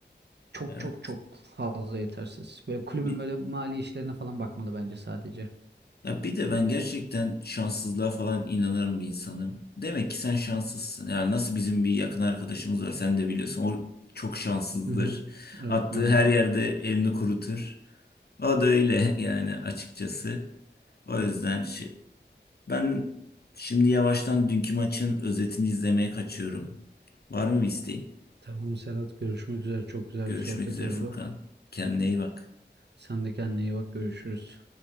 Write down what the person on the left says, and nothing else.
Evet.
Bir,
ya bir de ben gerçekten şanssızlığa falan inanan bir insanım. Demek ki sen şanssızsın. Yani nasıl bizim bir yakın arkadaşımız var sen de biliyorsun. O çok şanssızdır.
Attığı
her yerde elini kurutur. O da öyle yani açıkçası. O yüzden şey, ben şimdi yavaştan dünkü maçın özetini izlemeye kaçıyorum. Var mı bir isteğin?
Görüşmek
üzere
Furkan. Kendine iyi bak.